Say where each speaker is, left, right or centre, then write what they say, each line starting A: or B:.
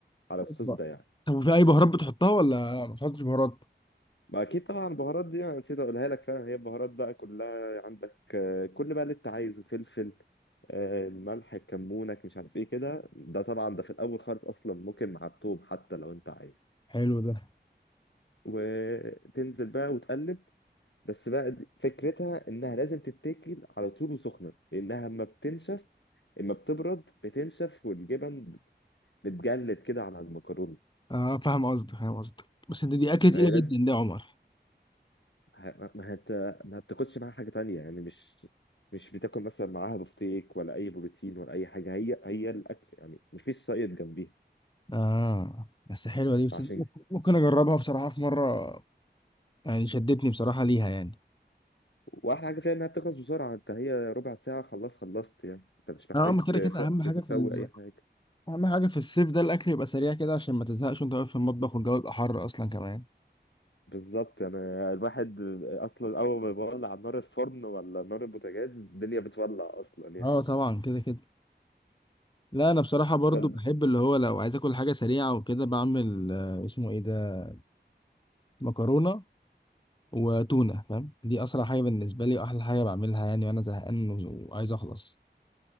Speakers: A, on the left; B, on the left.
A: على الصوص
B: أوبا.
A: ده يعني
B: طب وفي اي بهارات بتحطها ولا ما بتحطش بهارات
A: ما أكيد طبعا البهارات دي أنا نسيت أقولها لك فعلا هي البهارات بقى كلها عندك آه، كل بقى اللي أنت عايزه فلفل آه، الملح الكمونك مش عارف إيه كده ده طبعا ده في الأول خالص أصلا ممكن مع التوم حتى لو أنت عايز
B: حلو ده
A: وتنزل بقى وتقلب بس بقى دي- فكرتها إنها لازم تتاكل على طول وسخنة لأنها ما بتنشف اما بتبرد بتنشف والجبن بتجلد كده على المكرونه
B: اه فاهم قصدك فاهم قصدك بس انت دي اكله
A: فهي
B: تقيله
A: لازم
B: جدا دي يا عمر
A: ه- ما هت... ما بتاكلش معاها حاجه تانية يعني مش مش بتاكل مثلا معاها بفتيك ولا اي بروتين ولا اي حاجه هي هي الاكل يعني مفيش سايد جنبيها
B: اه بس حلوه دي بس
A: فعشان
B: ممكن ممكن اجربها بصراحه في مره يعني شدتني بصراحه ليها يعني
A: واحلى حاجه فيها انها بتخلص بسرعه انت هي ربع ساعه خلاص خلصت يعني انت مش محتاج
B: اه ما كده
A: تس...
B: كده اهم حاجه
A: تسوي
B: في ال...
A: اي حاجه
B: اهم حاجه في الصيف ده الاكل يبقى سريع كده عشان ما تزهقش وانت واقف في المطبخ والجو يبقى حر اصلا كمان
A: بالظبط انا الواحد اصلا اول ما بيولع على نار الفرن ولا نار البوتاجاز الدنيا بتولع اصلا يا
B: اه
A: اخي
B: طبعا كده كده لا انا بصراحه برضو
A: طب
B: بحب اللي هو لو عايز اكل حاجه سريعه وكده بعمل آه، اسمه ايه ده مكرونه وتونه فاهم دي اسرع حاجه بالنسبه لي واحلى حاجه بعملها يعني وانا زهقان و- وعايز اخلص